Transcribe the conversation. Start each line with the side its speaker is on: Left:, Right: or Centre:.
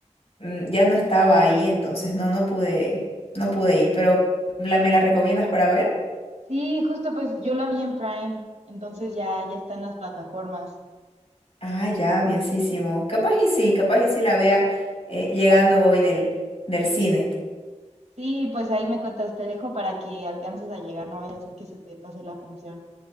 Left: mm, ya no estaba ahí, entonces no, no pude, no pude ir. Pero ¿la, me la recomiendas para ver?
Right: Sí, justo, pues yo la vi en Prime, entonces ya, ya está en las plataformas.
Left: Ah, ya, bienísimo. Capaz y sí, capaz y sí la vea eh, llegando hoy del, del cine.
Right: Sí, pues ahí me cuentas, te dejo para que alcances a llegar, no vaya a ser que se te pase la función.